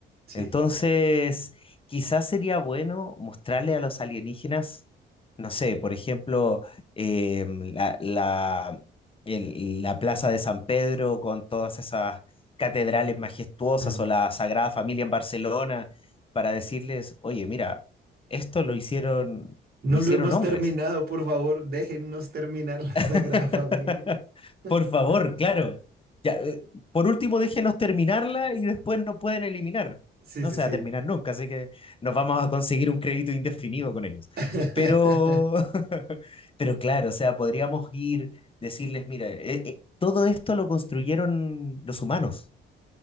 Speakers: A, on the right; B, on the left.
A: Sí.
B: Entonces, quizás sería bueno mostrarle a los alienígenas, no sé, por ejemplo, em, la, la, el- la Plaza de San Pedro con todas esas catedrales majestuosas
A: Mm.
B: o la Sagrada Familia en Barcelona, para decirles, oye, mira, esto lo hicieron,
A: No
B: lo hicieron
A: lo hemos
B: hombres.
A: terminado, por favor, déjennos terminar <laughs> la
B: <laughs>
A: Sagrada Familia. <laughs>
B: Por favor, claro. Ya, eh, por último, déjenos terminarla y después nos pueden eliminar.
A: Sí,
B: No
A: sí,
B: se
A: sí.
B: va a terminar nunca, así que nos vamos a conseguir un crédito indefinido con ellos.
A: <laughs>
B: Eh, Pero, <laughs> pero claro, o sea, podríamos ir, decirles, mira, eh, eh, todo esto lo construyeron los humanos.